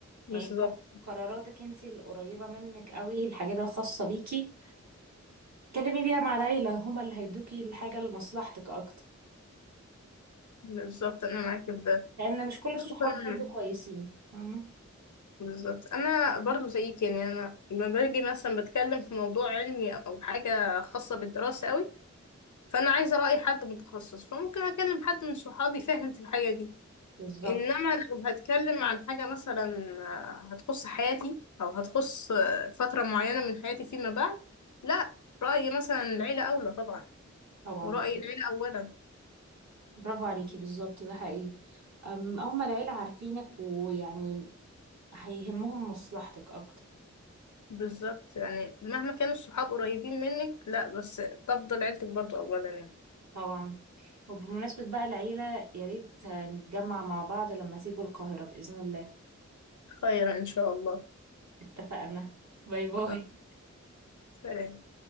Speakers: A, on the left; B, on the right.
A: بالظبط
B: يعني ق- قراراتك انت القريبه منك قوي الحاجات الخاصه بيكي اتكلمي بيها مع العيله هما اللي هيدوكي الحاجه لمصلحتك اكتر
A: بالظبط انا معاكي في ده
B: لان مش كل الصحاب
A: خصوصاً-
B: برضو كويسين فاهمه
A: بالظبط انا برضو زيك يعني انا لما باجي مثلا بتكلم في موضوع علمي او حاجة خاصة بالدراسة قوي فانا عايزة رأي حد متخصص فممكن اكلم حد من صحابي فاهم في الحاجة دي
B: بالظبط
A: انما لو هتكلم عن حاجة مثلا آه، هتخص حياتي او هتخص آه، فترة معينة من حياتي فيما بعد لا رأيي مثلا العيلة اولى طبعا
B: طبعا
A: ورأي العيلة اولا
B: برافو عليكي بالظبط ده حقيقي أم أول ما العيلة عارفينك ويعني هيهمهم مصلحتك أكتر
A: بالظبط يعني مهما كانوا الصحاب قريبين منك لا بس تفضل عيلتك برضو اولا يعني
B: طبعا وبمناسبة بقى العيلة يا ريت نتجمع مع بعض لما تيجوا القاهرة بإذن الله
A: خيرا ان شاء الله
B: اتفقنا باي باي
A: آه، سلام